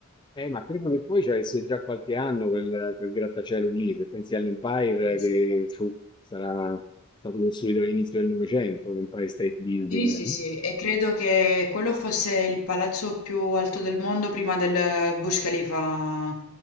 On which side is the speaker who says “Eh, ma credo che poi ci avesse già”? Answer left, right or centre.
Left